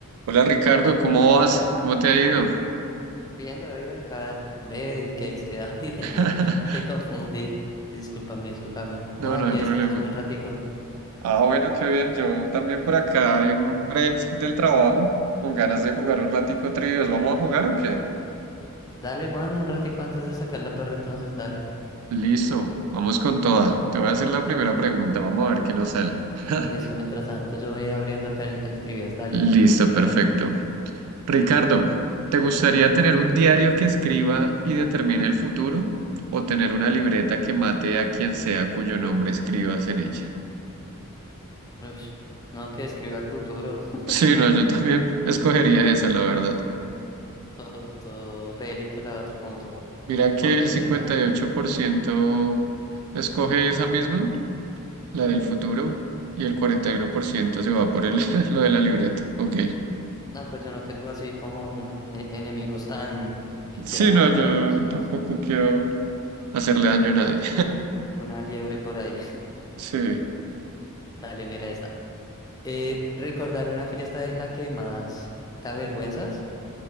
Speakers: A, on the right; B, on the left.
A: Hola Ricardo, ¿cómo vas? ¿Cómo te ha ido?
B: Bien, David, acá ve y que es que David, <laughs>
A: <laughs>
B: te confundí. Discúlpame, discúlpame.
A: No,
B: No, aquí
A: no hay problema.
B: descansando un ratico.
A: Ah, bueno, qué bien. Yo también por acá en break del trabajo, con ganas
B: Sí.
A: de jugar un ratico trivias. ¿Vamos a jugar o qué?
B: Dale, Juan, un ratico antes de sacar la perra, entonces dale.
A: Listo, vamos con toda. Te voy a hacer la primera pregunta, vamos a ver qué nos sale. <laughs>
B: Listo, mientras tanto yo voy abriendo acá el, el trivias. Dale,
A: Listo,
B: dímela.
A: perfecto. Ricardo, ¿te gustaría tener un diario que escriba y determine el futuro o tener una libreta que mate a quien sea cuyo nombre escribas en ella?
B: Ush, No, que escribió al futuro. <laughs>
A: Sí, no, yo también escogería esa, la verdad.
B: Todo, todo bélico, la otra, como todo.
A: Mira que
B: ¿Por qué?
A: el cincuenta
B: Nada.
A: y ocho por ciento escoge esa misma, la
B: Ujú.
A: del futuro, y el 41% se va por el, <laughs> lo de la libreta. Ok.
B: No, pues yo no tengo así como na- eh, enemigos tan que quiera
A: Sí,
B: matar
A: no, yo
B: o algo, sino
A: tampoco quiero hacerle daño a nadie.
B: <laughs> ninguna liebre por ahí. <laughs>
A: Sí,
B: Dale, mira esta. Eh, ¿recordar una fiesta en la que más te avergüenzas